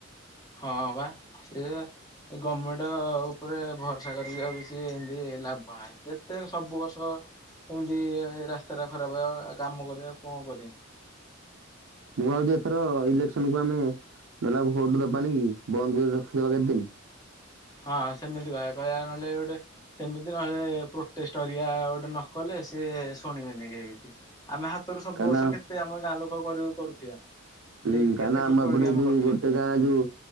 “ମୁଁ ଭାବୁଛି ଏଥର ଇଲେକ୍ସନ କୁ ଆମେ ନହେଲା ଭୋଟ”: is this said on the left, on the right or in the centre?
Right